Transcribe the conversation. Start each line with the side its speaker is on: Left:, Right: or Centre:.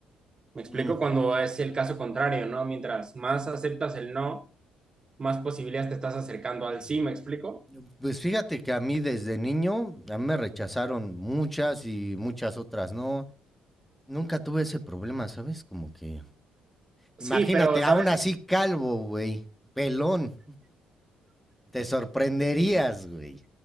Right: Me explico
Centre: Mm,
Right: cuando es el caso contrario, ¿no? Mientras más aceptas el no, más posibilidades te estás acercando al sí,
Centre: mm.
Right: ¿me explico?
Centre: Pues fíjate que a mí desde niño, a mí me rechazaron muchas y muchas otras no. Nunca tuve ese problema, ¿sabes? Como que,
Right: Sí,
Centre: imagínate,
Right: pero, ¿sabes?
Centre: aún así calvo, güey, pelón, te sorprenderías, güey.